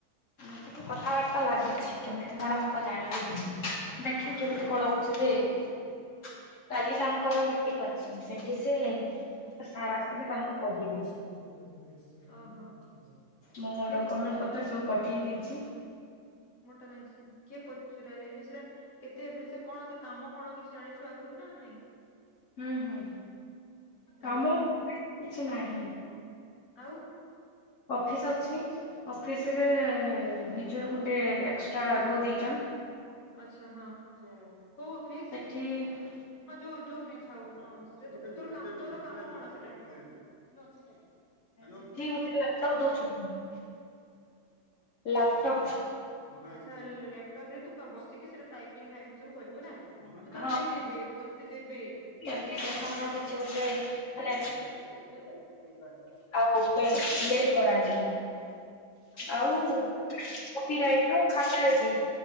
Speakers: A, on the left; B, on the left.
A: ସେଠି କଥାବାର୍ତ୍ତା ଲାଗିଛି କେମିତି କଣ ହବ ଜାଣି <unintelligible> ଦେଖେ କେମିତି
B: ଉଁ ହୁଁ।
A: କଣ ହୋଉ <unintelligible> କାଲି ତାଙ୍କର
B: ହୁଁ।
A: ମି ଟିଙ୍ଗ ଅଛି ସେଠି ସେ ସାର୍ ଆସିଲେ ତାଙ୍କୁ
B: <unintelligible>
A: କହିବେ
B: ଓହୋ କିଏ ପଚେ
A: ମୁଁ ମୋ ଡକ୍ୟୁମେଣ୍ଟ <unintelligible> ପଠେଇ ଦେଇଛି।
B: <unintelligible> କେତେ ଏବେର ସେ କଣ ତା କାମ କଣ କିଛି ଜାଣିଛୁ ଆଗରୁ ନା ନାଇଁ?
A: ହୁଁ ହୁଁ କାମ
B: ଗଲା
A: <inaudible> କିଛି ନାହିଁ।
B: ଆଉ
A: ଅଫିସ ଅଛି ଅଫିସରେ ନିଜର ଗୋ ଟେ ଏକ୍ସଟ୍ରା ରୋ ଦେଇଛନ୍
B: ଆଛା ହଁ କୋଉ ଅଫିସ?
A: <unintelligible>
B: ହଁ ଯୋଉ ଯୋଉ ବି ଥାଉ କଣ ସେ ତୋର କାମ କଣ ସେଟା ହେବ? ଇନୋ ଅଛିି କେଁ? <unintelligible> <unintelligible>
A: ସେଠି ଗୋଟେ ଲାପଟପ୍ ଦଉଛନ୍ତି ଲାପଟପ୍
B: ଆଚ୍ଛା ଲାପଟପରେ ତୁ କ ବସିକି ସେଟା ଟାଇପିଙ୍ଗ୍ ଫାଇପିଙ୍ଗ୍ ସବୁ କରିବୁ ନା‌। ତୁ ତତେ
A: ହଁ
B: ଦେଇ ଦେବେ ତତେ ଦେବେ। <unintelligible>
A: ଆପ୍ଲିକେସନ ର କିଛି ଗୋଟେ ମାନେ ମୋବାଇଲରେ ମେଲ୍ କରାଯିବ
B: ଆଚ୍ଛା
A: ଆଉ
B: ଆଚ୍ଛା
A: କପିରାଇଟର ଖାତାରେ ବି